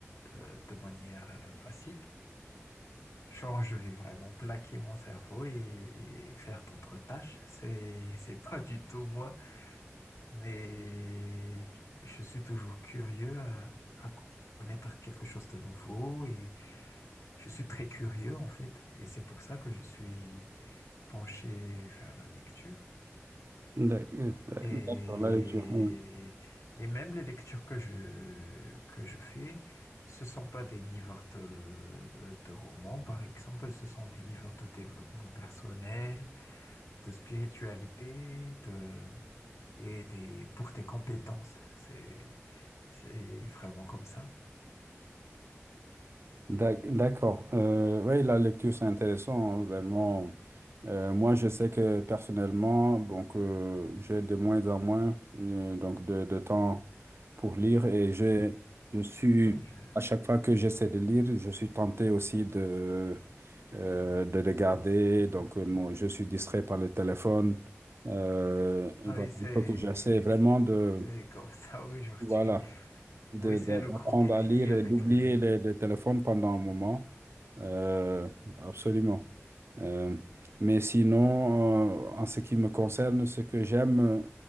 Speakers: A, on the left; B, on the right.
A: euh, de, de manière euh, facile. Genre, je vais vraiment plaquer mon cerveau et, et faire d'autres tâches. C'est, c'est pas du tout moi. mais je suis toujours curieux à, à connaître quelque chose de nouveau et je suis très curieux en fait. Et c'est pour ça que je suis penché vers la lecture.
B: D'ac-
A: Et,
B: D'accord, la lecture, oui.
A: et même les lectures que je, que je fais, ce sont pas des livres de, de, de romans, par exemple, ce sont des livres de développement personnel, de spiritualité, de et tes- pour tes compétences. C'est, c'est vraiment comme ça.
B: D'ac- D'accord. Euh, oui, la lecture, c'est intéressant, hein, vraiment. Euh, moi, je sais que personnellement, donc, euh, j'ai de moins en moins euh, donc de, de temps pour lire et j'ai, je suis,
A: Oui, je-
B: à chaque fois que j'essaie de lire, je suis tenté aussi de, euh, de regarder. Donc, euh, moi, je suis distrait par le téléphone. Euh, voilà,
A: ah oui, c'est,
B: il faut que j'essaie vraiment de,
A: c'est comme <laughs> ça aujourd'hui.
B: voilà, de,
A: Oui,
B: de-
A: c'est le
B: d'apprendre
A: gros défi
B: à lire
A: avec
B: et d'oublier
A: les livres.
B: les, les téléphones pendant un moment. Euh, absolument. Euh, mais sinon, euh, en ce qui me concerne, ce que j'aime euh,